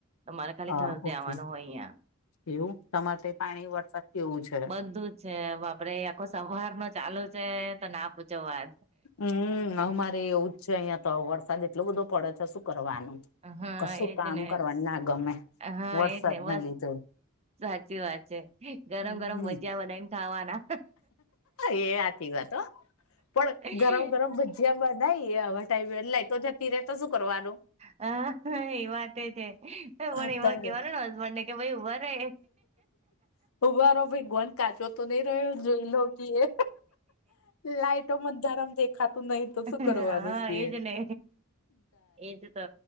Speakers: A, on the right (about 30°); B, on the left (about 70°).
A: મારે ખાલી
B: હા
A: થ દે
B: ઓકે
A: આવાનું હોય અહીંયા
B: એવું તમારે તે પાણી વરસાદ કેવું છે.
A: બધું જ છે બાપડે આખો સંવાહર નો ચાલુ છે તો ના પૂછો વાજ
B: હમ અમારે એવું જ છે અહિયાં તો વરસાદ એટલો બધો પડે છે શું કરવાનું.
A: હા
B: કશું
A: એજ
B: કામ
A: ને
B: કરવા ના ગમે
A: હા
B: વરસાદ
A: એજ
B: ને
A: બસ
B: લીધે
A: સાચી વાત છે ગરમ
B: હમ
A: ગરમ ભજિયા બનાયને ખાવાના
B: એ સાચી વાત હો પણ
A: હ
B: ગરમ ગરમ ભજીયા બનાઈ એ આવા ટાઈમે એટલા તો તિર તો સુું કરો વાત
A: હ એ વાતે છે પણ
B: અત્યારે
A: એમાં કેવાનું ને હસબન્ડ ને કે ભાઈ વરે
B: મારો ભેગવાન. કાજો તો નહી રહ્યો જોઈ લોકીએ. લાાઈટો મધારમ દેખાતું નહી તો શું
A: હા
B: કરવાનું છે.
A: એજ ને એજ તો